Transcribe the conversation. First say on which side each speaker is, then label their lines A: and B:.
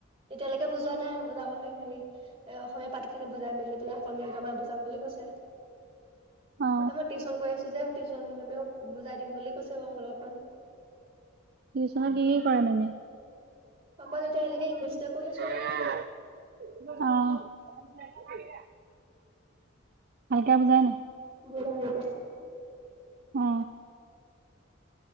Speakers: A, on the right; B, on the right.
A: এতিয়ালৈকে বুজোৱা নাই বুজাবহে হেৰি এ অসমীয়া পাতি খিনি বুজাই মেলি পেলাই অসমীয়া গামা বুজাম বুলি কৈছে
B: অ
A: এ মই টিউশ্যন কৈ আছো যে টিউশ্যন মেমেও বুজাই দিম বুলি কৈছে বাৰু অলপমান
B: টিউচনত কি কি কৰে মেমে অ
A: অকল এতিয়া এতিয়ালৈকে ইংলিছটোৱে কৰি আছো
B: <unintelligible> ভালকে বুজাই নাই
A: আৰু।
B: অ